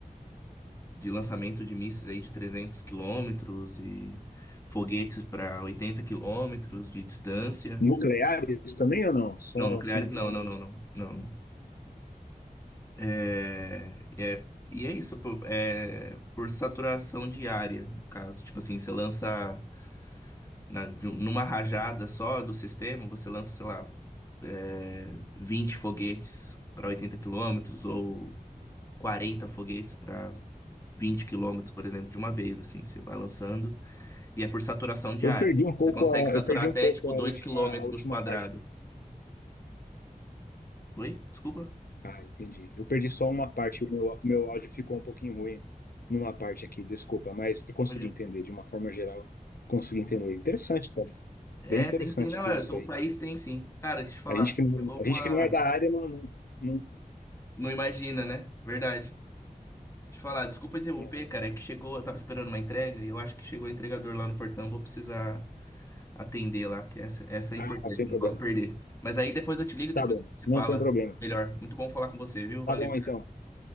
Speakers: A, on the left; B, on the left.
A: de lançamento de mísseis aí de 300 quilômetros e foguetes para 80 quilômetros de distância.
B: Nucleares também ou não? Só
A: Não, nucleares
B: assim, digamos.
A: não, não, não, não, não. É, é, e é isso, por, é, por saturação diária, no caso. Tipo assim, você lança na- de um- numa rajada só do sistema, você lança, sei lá, é, 20 foguetes para 80 quilômetros ou 40 foguetes para 20 quilômetros, por exemplo, de uma vez, assim, você vai lançando. E é por saturação de
B: Eu
A: área.
B: perdi um pouco
A: Você consegue
B: a,
A: saturar
B: eu perdi
A: até,
B: um pouco
A: tipo,
B: a
A: 2
B: última,
A: quilômetros
B: a última
A: quadrados.
B: parte
A: Oi? Desculpa?
B: Ah, entendi. Eu perdi só uma parte, o meu, o meu áudio ficou um pouquinho ruim numa parte aqui, desculpa, mas eu consegui
A: Olha.
B: entender de uma forma geral. Consegui entender. Interessante, cara.
A: É,
B: Bem interessante
A: tem sim. Não,
B: tudo
A: é,
B: isso
A: o
B: aí.
A: país tem sim. Cara, deixa eu te falar.
B: A gente que não,
A: Chegou
B: a
A: uma...
B: gente que não é da área não, não, não-
A: Não imagina, né? Verdade. Deixa eu te falar. Desculpa interromper,
B: é.
A: cara. É que chegou... Eu tava esperando uma entrega e eu acho que chegou o entregador lá no portão. Vou precisar atender lá, porque essa, essa é
B: Ah,
A: importante.
B: sem
A: Não
B: problema.
A: posso perder. Mas aí depois eu te ligo, depois
B: Tá bom,
A: a gente se
B: não
A: fala
B: tem problema.
A: melhor. Muito bom falar com você, viu?
B: Tá
A: Valeu.
B: bom
A: cara.
B: então.